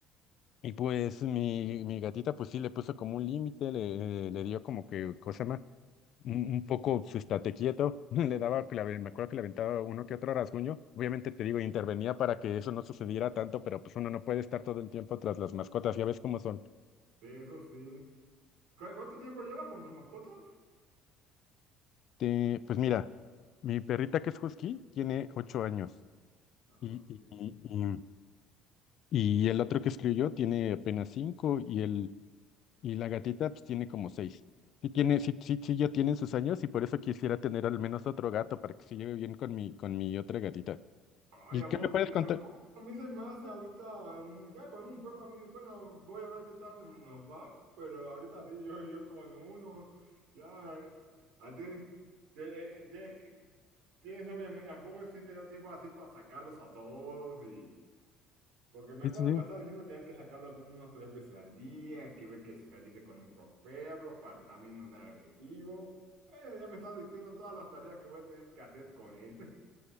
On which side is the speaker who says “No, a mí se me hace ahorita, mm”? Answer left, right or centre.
Right